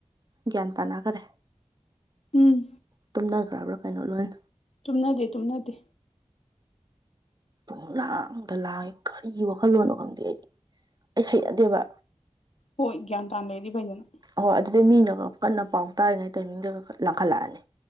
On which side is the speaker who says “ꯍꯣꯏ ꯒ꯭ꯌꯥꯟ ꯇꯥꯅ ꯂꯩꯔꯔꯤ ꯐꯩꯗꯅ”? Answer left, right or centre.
Left